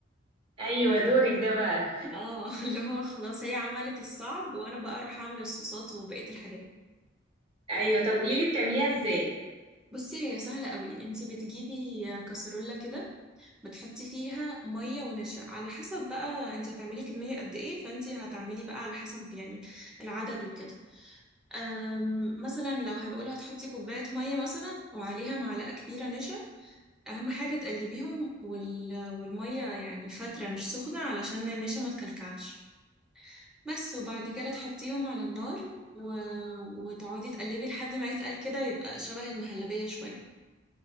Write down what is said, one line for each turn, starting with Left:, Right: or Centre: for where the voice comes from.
Right: ايوه دورك ده بقى
Centre: اه <laughs> اللي هو خلاص هي عملت الصعب وأنا بقى أروح أعمل الصوصات وبقية الحاجات
Right: ايوه طب قولي لي بتعمليها ازاي
Centre: بصي هي سهلة قوي انتي بتجيبي كسرولة كده بتحطي فيها مية ونشا على حسب بقى انتي هتعملي كمية قد ايه فانتي هتعملي بقى على حسب يعني العدد وكده أم، مثلا لو هنقول هتحطي كوباية مية مثلا وعليها معلقة كبيرة نشا أهم حاجة تقلبيهم وال... والمية يعني فترة مش سخنة علشان النشا ما تكلكعش بس وبعد كده تحطيهم على النار و... وتقعدي تقلبي لحد ما يتقل كده يبقى شبه المهلبية شوية